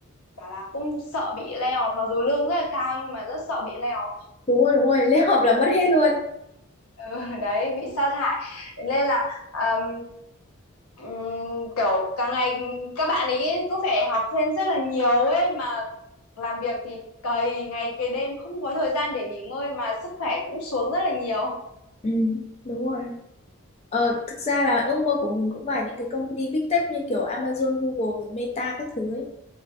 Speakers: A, on the left; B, on the left.
A: bảo là cũng sợ bị lay off mặc dù lương rất là cao nhưng mà rất sợ bị lay off
B: đúng rồi đúng rồi lễ hợp là mất hết luôn
A: ừ, <laughs> đấy bị sa thải nên là ờm, ừm, kiểu càng ngày các bạn ấy cứ phải học thêm rất là nhiều ấy mà làm việc thì cày ngày cày đêm không có thời gian để nghỉ ngơi mà sức khỏe cũng xuống rất là nhiều
B: ừ đúng rồi ờ
A: Ừ.
B: thực ra là ước mơ của mình cũng phải những cái công ty big tech như kiểu Amazon Google rồi Meta các thứ ấy